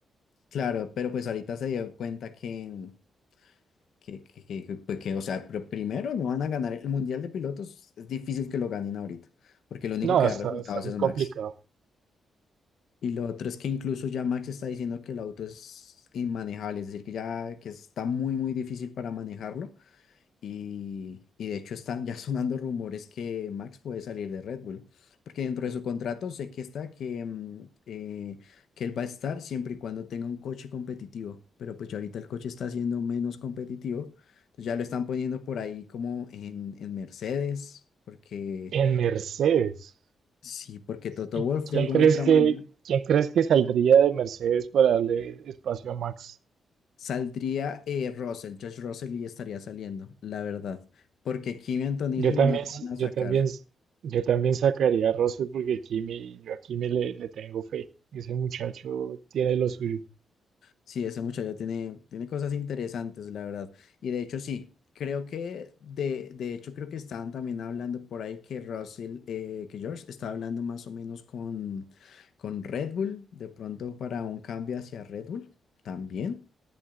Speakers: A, on the left; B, on the right.
A: claro, pero pues ahorita se dio cuenta que, que, que, que, que, pues que, o sea, pr- primero no van a ganar el Mundial de Pilotos, es difícil que lo ganen ahorita, porque el único
B: No,
A: que
B: está,
A: da resultados
B: está muy
A: es
B: complicado.
A: Max. Y lo otro es que incluso ya Max está diciendo que el auto es inmanejable, es decir, que ya que está muy, muy difícil para manejarlo Y, y de hecho están ya <laughs> sonando rumores que Max puede salir de Red Bull, porque dentro de su contrato sé que está que, mm, eh, que él va a estar siempre y cuando tenga un coche competitivo, pero pues ya ahorita el coche está siendo menos competitivo, entonces ya lo están poniendo por ahí como en, en Mercedes, porque
B: En Mercedes,
A: sí, porque Toto
B: ¿y
A: Wolff de
B: quién
A: alguna
B: crees
A: otra
B: que,
A: manera
B: quién crees que saldría de Mercedes para darle espacio a Max?
A: saldría eh, Russell, George Russell y estaría saliendo, la verdad, porque Kimi Antonelli
B: Yo también,
A: no lo
B: s-
A: van a sacar.
B: yo también, s- yo también sacaría a Russell porque Kimi, yo a Kimi le, le tengo fe. Ese muchacho tiene lo suyo.
A: Sí, ese muchacho tiene, tiene cosas interesantes, la verdad. Y de hecho, sí, creo que, de, de hecho, creo que estaban también hablando por ahí que Russell, eh, que George estaba hablando más o menos con, con Red Bull, de pronto para un cambio hacia Red Bull también.